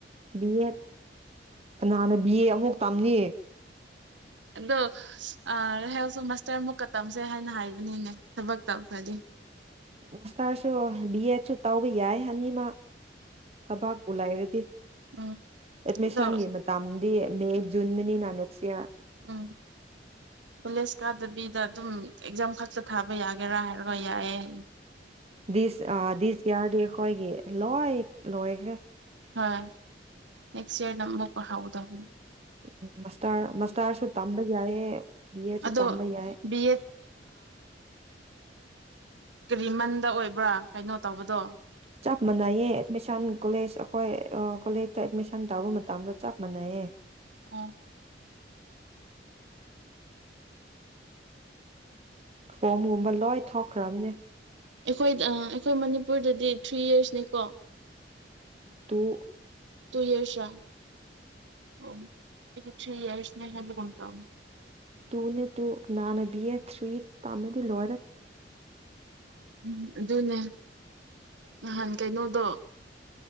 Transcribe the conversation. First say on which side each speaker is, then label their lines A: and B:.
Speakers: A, on the right; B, on the right.
A: ꯕꯤ ꯑꯦꯠ ꯀꯅꯥꯅ ꯕꯤ ꯑꯦ ꯑꯃꯨꯛ ꯇꯝꯅꯤ
B: ꯑꯗꯣ ꯔꯍꯦꯜꯁꯨ ꯃꯥꯁꯇꯔ ꯃꯨꯛꯀ ꯇꯝꯁꯦ ꯍꯥꯏꯅ ꯍꯥꯏꯕꯅꯤꯅꯦ ꯊꯕꯛ ꯇꯧꯈ꯭ꯔꯗꯤ
A: ꯔꯁꯥꯔꯁꯨ ꯌꯦꯁꯨ ꯇꯥꯎꯕ ꯌꯥꯏ ꯍꯥꯏꯅꯤ ꯃꯥ ꯊꯕꯥꯛꯄ ꯂꯩꯥꯏꯔꯗꯤ
B: ꯎꯝ
A: ꯑꯦꯠꯃꯦꯁꯥꯟꯒꯤ
B: ꯑꯗꯣ
A: ꯃꯇꯥ ꯗꯤ ꯃꯦ ꯨꯟꯅꯅꯤ ꯅꯅꯦꯦꯛꯁꯤꯌꯥ
B: ꯎꯝ ꯀꯣꯂꯦꯖ ꯀꯥꯗꯕꯤꯗ ꯑꯗꯨꯝ ꯑꯦꯛꯖꯥꯝ ꯈꯛꯇ ꯊꯥꯕ ꯌꯥꯒꯦꯔꯥ ꯍꯥꯏꯔꯒ ꯌꯥꯏꯌꯦ ꯑꯩ
A: ꯗꯤꯁ ꯑ ꯗꯤꯁꯀꯤꯌꯥꯔꯗꯤ ꯑꯩꯈꯣꯏꯒꯤ ꯂꯣꯏ ꯂꯣꯏꯈ꯭ꯔꯦ
B: ꯍꯥꯣꯏ ꯅꯦꯛꯁ ꯏꯔ ꯅ ꯍꯥꯎ ꯇꯝ
A: ꯎꯝ ꯃꯁ ꯃꯁꯇꯥꯔꯁ ꯇꯝꯕꯩ ꯌꯥꯏꯦ ꯑꯦꯁꯨ
B: ꯑꯗꯣ
A: ꯇꯝꯕ ꯌꯥꯏ
B: ꯕꯤ ꯀꯔꯤꯂꯝꯗ ꯑꯣꯏꯕ꯭ꯔꯥ ꯀꯩꯅꯣ ꯇꯧꯕꯗꯣ
A: ꯆꯞ ꯃꯅꯩꯌꯦ ꯑꯦꯠꯃꯤꯁꯟ ꯀꯣꯂꯦꯖ ꯑꯩꯈꯣꯏ ꯀꯣꯂꯦꯖꯇ ꯑꯦꯗꯃꯤꯁꯟ ꯇꯥꯧꯕ ꯃꯇꯝꯗ ꯆꯞ ꯃꯥꯟꯅꯩꯌꯦ
B: ꯑ
A: ꯐꯣꯝꯒꯨꯝꯕ ꯂꯣꯏ ꯊꯣꯛꯈ꯭ꯔꯕꯅꯦ
B: ꯑꯩꯈꯣꯏꯗ ꯑꯩꯈꯣꯏ ꯃꯅꯤꯄꯨꯔꯗꯗꯤ ꯊ꯭ꯔꯤ ꯌꯔꯁꯅꯤꯀꯣ
A: ꯎꯝ
B: ꯇꯨꯏ ꯑꯁ ꯑ ꯑꯩ ꯊ꯭ꯔꯤ ꯏꯔꯁꯅꯦ ꯍꯥꯏꯕ ꯀꯣꯟ ꯇ
A: ꯇꯨꯅꯦ ꯇꯨꯅꯥꯅꯕꯤ ꯊꯔꯤ ꯇꯃꯗꯤ ꯂꯥꯏꯔꯦ
B: ꯎꯝ ꯑꯗꯨꯅꯦ ꯅꯍꯥꯟ ꯀꯩꯅꯣꯗꯣꯖꯥ